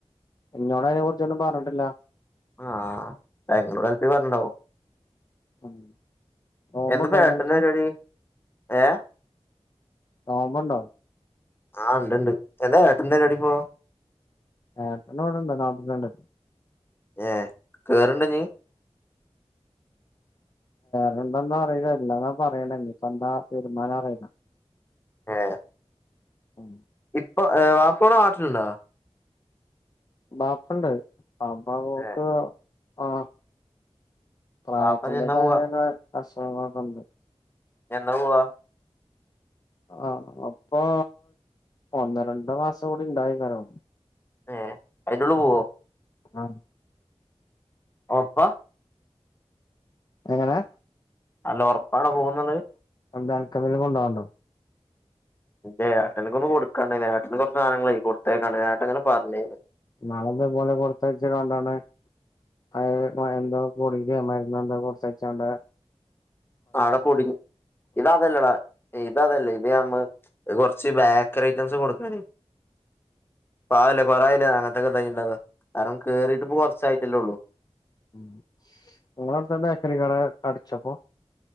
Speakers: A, on the left (about 35°); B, on the left (about 20°).
A: ഇന്നോട് അയിനെ കുറിച്ചൊന്നും പറഞ്ട്ടില്ല
B: ആഹ് ബാംഗ്ലൂർഎത്തി പറഞ്ണ്ടാവും
A: ഉം നോമ്പുണ്ടോന്ന്
B: എന്താപ്പം ഏട്ടന്
A: അനക്ക്
B: പരിപാടി ഏ
A: നോമ്പ് ഒണ്ടോ
B: ആഹ് ഉണ്ട്ണ്ട് എന്താ ഏട്ടന്റെ പരിപാടി ഇപ്പൊ
A: ഏട്ടന് ഇവിടെണ്ട് നാട്ടിതന്നെ
B: ഏ കേറ്ണ്ടൊ ഞ്ഞി
A: കേറ്ണ്ടൊന്ന് അറിയില്ല ഇല്ലാന്നാ പറയണെ ഇനിയിപ്പ എന്താ തീരുമാനം അറയില്ല
B: ഏ
A: ഉം
B: ഇപ്പ വാപ്പ നാട്ടില്ണ്ടോ
A: ബാപ്പണ്ട് ബാപ്പ പോക്ക്
B: ഏ
A: ആഹ് പ്രായത്തിന്റെതായ
B: വാപ്പ ഇഞ്ഞ് എന്നാ പോവാ
A: ത അസുഖങ്ങളൊക്കെഒണ്ട്
B: എന്നാ പോവ്വാ
A: ആഹ് അപ്പൊ ഒന്ന് രണ്ട് മാസം കൂടി ഉണ്ടായി കാരം
B: ഏ അയിന്റുള്ളി പോവോ
A: ആഹ്
B: ഓ പ്പ
A: എങ്ങനെ
B: അല്ല ഒറപ്പാണ് പോകുന്നുള്ളയ്
A: എന്താ അനക്ക് എന്തേലും കൊണ്ടോവാൻ ഒണ്ടോ
B: ഇന്റെ ഏട്ടന്ക്കൊന്ന് കൊടുക്കൻ ഒണ്ടായിന് ഏട്ടന് കൊറേ സാനങ്ങളെയ് കൊടുത്തയ്ക്കാൻ ഉണ്ടായി ഏട്ടൻ ഇങ്ങനെ പറഞ്ഞിന്നു
A: ഇന്നാളിതെ പോലെ കൊറച്ച് അയച്ച് കണ്ടാണ് അ എ എന്തോ ഗുളികയൊ മരുന്നൊ എന്തോ കൊറച്ച് അയച്ചാണ്ട്
B: ആടെ കുടുങ്ങി ഇതതല്ലടാ ഇത് അതല്ലേ ഇത് നമ്മ കൊറച്ച് ബേക്കറി ഐറ്റംസ് കൊടുക്കാനെ പാവല്ലേ കൊറെആയില്ലേ അനത്തൊക്കെ ട്രൈ ണ്ടാവാ കാരണം കേറീട്ട്പ്പൊ കോർച്ചായിട്ടല്ലേഒള്ളൂ.
A: ഉം ഇങ്ങളെന്താ ബേക്കറി കട അടച്ചോപ്പൊ?